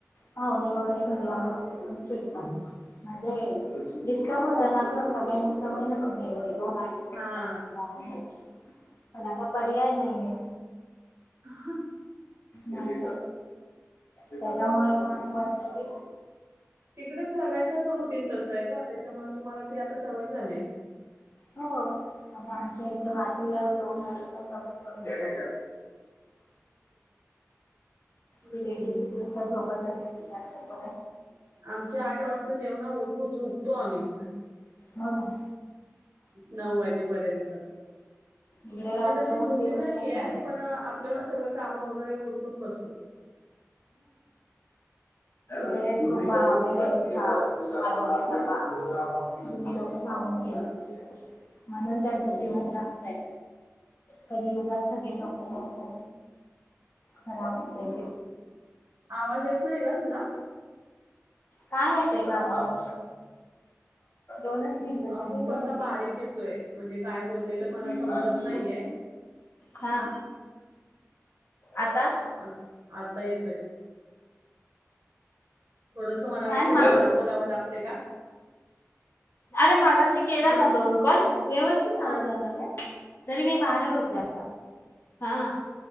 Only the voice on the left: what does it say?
पाहुणे वगैरे घरी आले मग चर्चा <unintelligible> म्हणजे डिस्टर्ब होत ना सगळ्यांना सवय नसते दोन अडीचच्या पर्यंत
जा घयची पण आता पर्याय नाहीये
नाही त्याच्यामुळे मग असं वाटत कि
<unintelligible>
ती लेडीज कितीता झोपत अस विचारत ब
हो ना
इकडे
रात्रभर
दिवसभर
चालू
वे झूपा वेळे उठा आरोग्य जपा तु्ही लोक सांगून केलं म्हणून
त्यांचं जीवन जास्त हाय कधी युगात सगळे लोक नको खराब <inaudible>
काय होतय ग असं ोनस तन
तीन
लाख
ह आता
काय
मग
अरे मगाशी केला न्ह दोन कॉल व्यवस्थित
आवाज आला ग तरी मी बाहेर
होते
आता हा